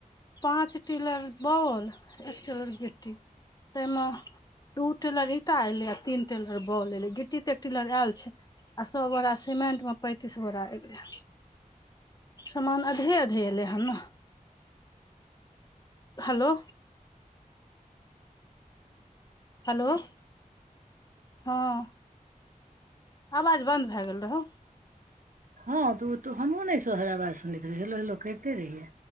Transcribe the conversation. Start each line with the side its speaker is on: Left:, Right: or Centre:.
Left: पाँच टेलर बालू एक टेलर गिट्टी ताहिमे दू टेलर ईंटा एलै आ तीन टेलर बालू एलै गिट्टी तऽ एक टेलर आयल छै आ सौ बोरा सीमेंटमे पैंतीस बोरा एलै समान अधे अधे एलै हन ने हेलो हेलो हँ आवाज बन्द भए गेल रहौ
Right: हँ तऽ ओ तऽ हमहूँ नहि तोहर आवाज सुनैत रहियौ हेलो हेलो करिते रहियै